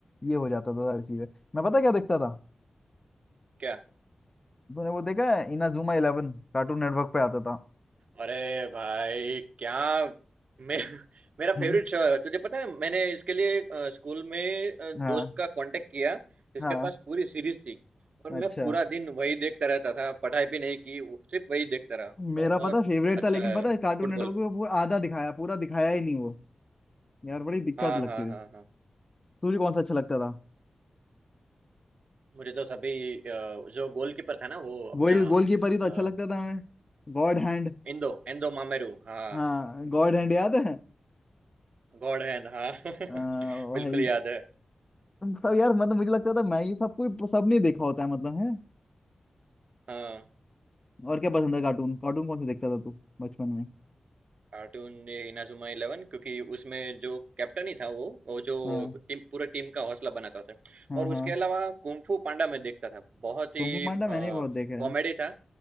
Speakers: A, on the left; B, on the right.
A: ये हो जाता था सारी चीजें मैं पता क्या देखता था
B: क्या
A: तूने वो देखा है इनाजुमा इलेवन कार्टून नेटवर्क पे आता था
B: अरे भाई क्या मैं <laughs> मेरा
A: हम्म
B: फेवरेट शो है तुझे पता है मैंने इसके लिए अ, स्कूल में अ,
A: हाँ
B: दोस्त का कांटेक्ट किया जिसके
A: हाँ
B: पास पूरी सीरीज थी और
A: अच्छा
B: मैं पूरा दिन वही देखता रहता था पढ़ाई भी नहीं की वो- सिर्फ वही देखता रहा
A: मेरा
B: बहुत
A: पता फेवरेट
B: अच्छा
A: था लेकिन
B: है
A: पता
B: फुटबॉल
A: है कार्टून नेटवर्क पे वो आधा दिखाया पूरा दिखाया ही नहीं वो यार बड़ी दिक्कत
B: हाँ
A: लगती
B: हाँ हाँ
A: थी
B: हाँ
A: तुझे कौन सा अच्छा लगता
B: मुझे तो सभी अ, जो गोलकीपर था ना वो अपना
A: वही गोलकीपर ही तो
B: अ,
A: अच्छा लगता था हमें God Hand
B: इंदो इंदो मामेरू हाँ
A: हाँ गॉड हैंड याद है
B: गॉड हैंड हाँ <laughs>
A: आ, भाई
B: बिल्कुल याद है
A: सब यार मतलब मुझे लगता था मैं ये सब कोई सब नहीं देखा होता है मतलब है
B: हाँ
A: और क्या पसंद है कार्टून कार्टून कौन से देखता था तू बचपन में
B: कार्टून ये इनाजुमा इलेवन क्योंकि उसमें जो कैप्टन ही था वो वो जो
A: हाँ
B: टीम पूरे टीम का हौसला बनाता था
A: हाँ
B: और
A: हाँ
B: उसके अलावा कुंफू पांडा मैं देखता था बहुत ही
A: कुंग फू पांडा मैंने
B: कॉमेडी
A: भी बहुत देखा है
B: था